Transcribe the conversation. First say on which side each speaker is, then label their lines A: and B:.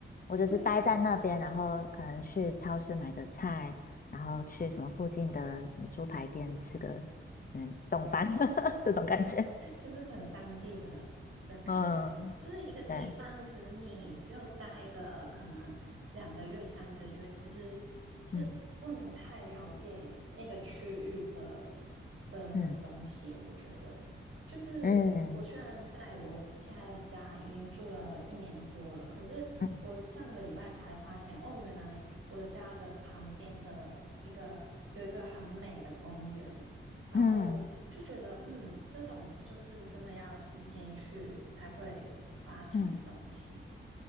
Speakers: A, on the left; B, on the right.
A: 我就是待在那边，
B: 因为
A: 然后可能去超市买个菜，然后去什么附近的什么猪排店吃个嗯冻饭 <laughs> 这种感觉，
B: 就是很当地的的感觉，
A: 嗯，
B: 就是一个地方，
A: 对。
B: 其实你只有待一个可能两个月、三个月，其实是不能太了解那个区域的
A: 嗯
B: 的东西。
A: 嗯
B: 我觉得，就是我虽然在我现在的家已经住了一年多了，
A: 嗯
B: 可是我上个礼拜才发现，
A: 嗯
B: 哦，原来我的家的旁边的一个有一个很美的公园。然后就觉得，
A: 嗯
B: 嗯，这种就是真的要时间去才会发现的东西。
A: 嗯，